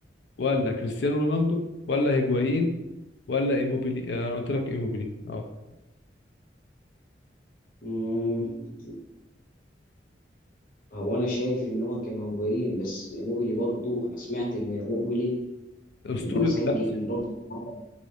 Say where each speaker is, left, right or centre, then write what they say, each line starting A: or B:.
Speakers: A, on the left; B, on the left.
A: ولا كريستيانو رونالدو ولا هيجوايين ولا ايموبيلي آه انا قلت لك ايموبيلي اه
B: مم، هو انا شايف ان هو كان هجومين بس موبيلي برضو انا سمعت ان موبيلي
A: اسطورة
B: ان هو سجل
A: لاتسيو
B: برضو عدد-